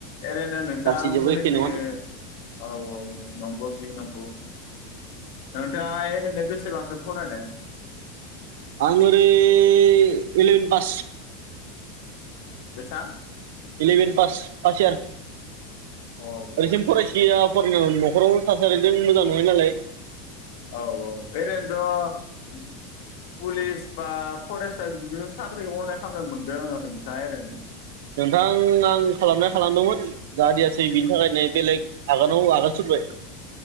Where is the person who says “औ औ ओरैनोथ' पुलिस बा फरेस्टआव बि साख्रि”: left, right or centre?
Left